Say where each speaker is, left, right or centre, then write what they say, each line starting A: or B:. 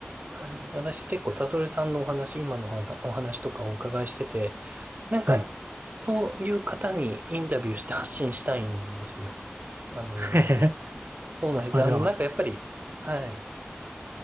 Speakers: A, on the right (about 45°); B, on the right (about 70°).
A: はい私結構サトルさんのお話、今のお話お話とかお伺いしてて、なんか、
B: はい。
A: そういう方にインタビューして発信したいんですよ。あの、
B: <laughs>
A: そうなんです。
B: あ、
A: あの、
B: じゃあ、
A: なんかやっぱり、はい。